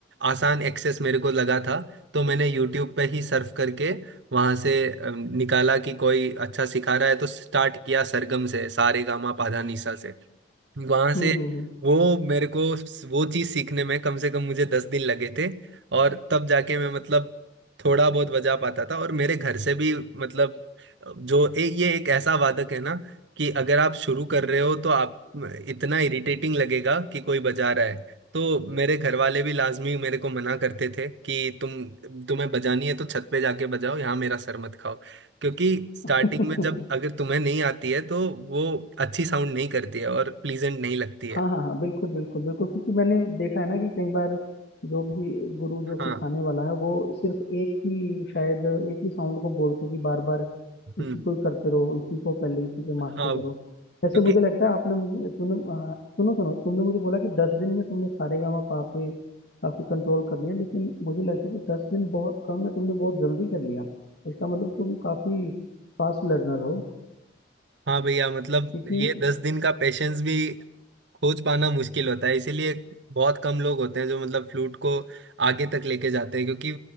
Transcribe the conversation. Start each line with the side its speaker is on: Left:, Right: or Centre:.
Right: आसान एक्सेस मेरे को लगा था तो मैंने यूट्यूब पे ही सर्फ करके वहाँ से अम, निकाला कि कोई अच्छा सिखा रहा है तो स्टार्ट किया सरगम से सारेगामा पाधानीसा वहां से
Left: हम्म हम्म हम्म
Right: वो मेरे को वो चीज सीखने में कम से कम मुझे दस दिन लगे थे और तब जाके मैं मतलब थोड़ा बहुत बजा पाता था और मेरे घर से भी मतलब जो ए, ये एक ऐसा वादक है ना कि अगर आप शुरू कर रहे हो तो आप इतना इरिटेटिंग लगेगा कि कोई बजा रहा है तो मेरे घर वाले भी लाजमी मेरे को मना करते थे कि तुम तुम्हें बजानी है तो छत पे जाके बजाओ यहाँ मेरा सर मत खाओ क्योंकि स्टार्टिंग
Left: हाँ
Right: में जब अगर तुम्हें नहीं आती है तो वो अच्छी साउंड नहीं करती है और प्लीजेंट नहीं लगती है
Left: हाँ हाँ बिल्कुल बिल्कुल बिल्कुल क्योंकि मैंने देखा है ना कि कई बार जो भी गुरु जो
Right: हाँ
Left: सिखाने वाला है वो सिर्फ एक ही शायद एक ही साउंड को बोलते हैं कि बार बार
Right: हम्म
Left: इसी को ही करते रहो इसी को पहले इसी पे मास्टर
Right: हाँ
Left: करो ऐसे
Right: क्योंकि
Left: मुझे लगता है आपने मुझे तुमने हाँ, सुनो सुनो तुमने मुझे बोला कि दस दिन में तुमने सारेगामा पा पे काफी कंट्रोल कर लिया लेकिन मुझे लगता है कि दस दिन बहुत कम है तुमने बहुत जल्दी कर लिया इसका मतलब तुम काफी फास्ट लर्नर हो
Right: हाँ भैया मतलब
Left: क्योंकि
Right: ये दस दिन का पेशेंस भी खोज पाना मुश्किल होता है इसीलिए बहुत कम लोग होते हैं जो मतलब फ्लूट को आगे तक लेके जाते हैं क्योंकि